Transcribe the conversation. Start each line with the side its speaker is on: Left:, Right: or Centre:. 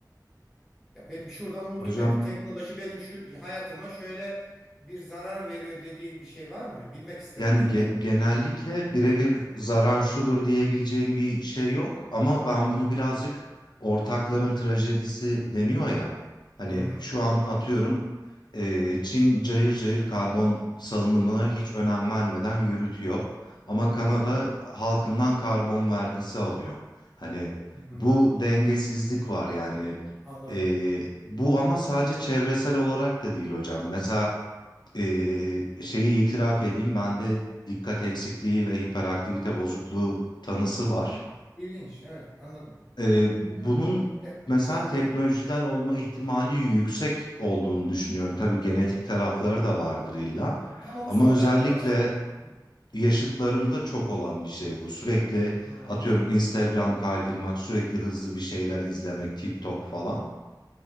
Centre: Ya benim şuradan vurdu
Left: Hocam
Centre: beni. Teknoloji benim şu hayatıma şöyle bir zarar veriyor dediğin bir şey var mı? Bilmek isterim
Left: Yani
Centre: şahsen.
Left: ge- genellikle birebir zarar şudur diyebileceğim bir şey yok ama ben bunu
Centre: Hı hı.
Left: birazcık ortakların trajedisi deniyor ya. Hani
Centre: Hı,
Left: şu an atıyorum e, Çin cayır cayır karbon salınımına hiç önem
Centre: Hı.
Left: vermeden yürütüyor. Ama Kanada
Centre: doğru.
Left: halkından karbon vergisi alıyor. Hani
Centre: Hı,
Left: bu dengesizlik var yani.
Centre: anladım.
Left: E, bu ama sadece çevresel olarak da değil hocam. Mesela ee, şeyi itiraf edeyim, bende dikkat eksikliği ve hiperaktivite bozukluğu tanısı var.
Centre: Hı, ilginç. Evet, anladım.
Left: Ee,
Centre: Bunu
Left: bunun
Centre: Ya,
Left: mesela
Centre: ha,
Left: teknolojiden
Centre: buyur.
Left: olma ihtimali yüksek olduğunu düşünüyorum. Tabii genetik tarafları da vardır illa.
Centre: Hı, tam onu
Left: Ama
Centre: soracaktım
Left: özellikle
Centre: aslında. Hı,
Left: yaşıtlarımda çok olan bir şey bu. Sürekli
Centre: hı.
Left: atıyorum Instagram kaydırmak, sürekli hızlı bir şeyler izlemek, TikTok falan.